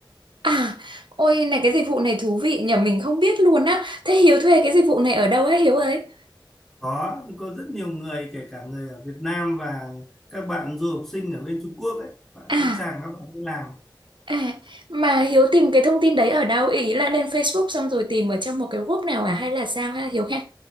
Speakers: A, on the right; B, in the centre.
A: À, ôi này cái dịch vụ này thú vị nhờ mình không biết luôn á. Thế Hiếu thuê cái dịch vụ này ở đâu ấy Hiếu ấy?
B: có có rất nhiều người kể cả người ở Việt Nam và các bạn du học sinh ở bên Trung Quốc ấy bạn
A: À,
B: sẵn sàng các bạn đi làm
A: à, mà Hiếu tìm cái thông tin đấy ở đâu? Ý là lên Facebook xong rồi tìm ở trong một cái group nào à hay là sao ha Hiếu ha?